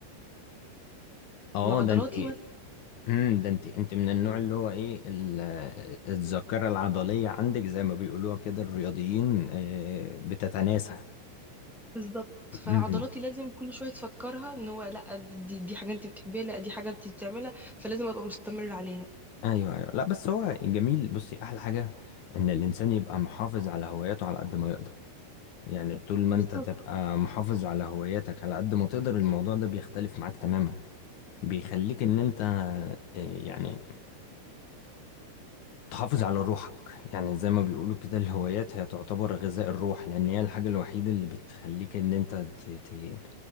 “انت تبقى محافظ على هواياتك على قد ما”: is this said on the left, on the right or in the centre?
Left